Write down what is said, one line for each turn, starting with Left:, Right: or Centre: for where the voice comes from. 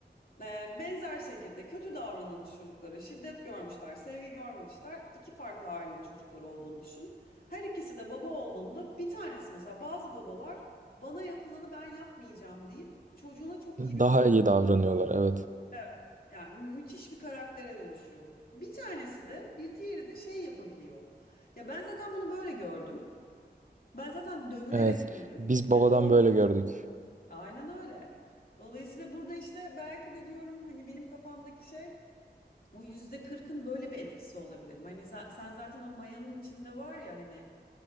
Left: Ee, Benzer şekilde kötü davranılmış çocuklara şiddet görmüşler, sevgi görmemişler. İki farklı ailenin çocukları olduğunu düşün. Her ikisi de baba olduğunda bir tanesi mesela bazı babalar bana yapılanı ben yapmayacağım deyip çocuğuna çok iyi bir
Right: Daha
Left: baba
Right: iyi
Left: oluyor.
Right: davranıyorlar evet.
Left: Evet. Yani müthiş bir karaktere dönüşüyor. Bir tanesi de bir diğeri de şey yapabiliyor. Ya ben zaten bunu böyle gördüm. Ben zaten dövülerek
Right: Evet.
Left: büyüdüm
Right: Biz babadan
Left: ve doğrusu
Right: böyle gördük.
Left: aynen öyle. Dolayısıyla burada işte belki de diyorum hani benim kafamdaki şey O yüzde kırkın böyle bir etkisi olabilir. mi? Hani za- sen zaten o mayanın içinde var ya hani